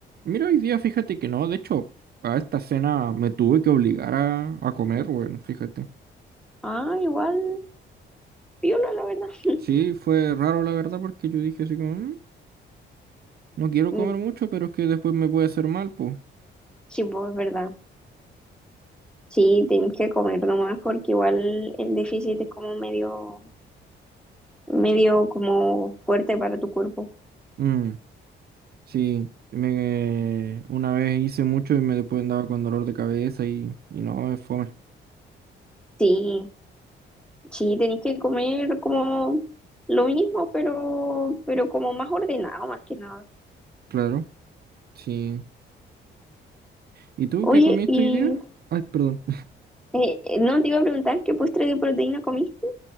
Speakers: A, on the right; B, in the centre.
A: Mira, hoy día fíjate que no, de hecho, a esta cena me tuve que obligar a, a comer, bueno, fíjate.
B: Ah, igual, piola, la verdad. <laughs>
A: Sí, fue raro la verdad porque yo dije así como, "Mm, no quiero
B: Mm,
A: comer mucho, pero es que después me puede hacer mal, pues.
B: Sí, pues, es verdad. Sí, tienes que comer nomás porque igual el déficit es como medio, medio como fuerte para tu cuerpo.
A: Mm, sí, me, una vez hice mucho y me después andaba con dolor de cabeza y, y no, es fome.
B: Sí. Sí, tenéis que comer como lo mismo, pero, pero como más ordenado, más que nada.
A: Claro, sí. ¿Y tú
B: Oye,
A: qué comiste
B: y
A: hoy día? Ay, perdón.
B: eh, no te iba a preguntar qué postre de proteína comiste.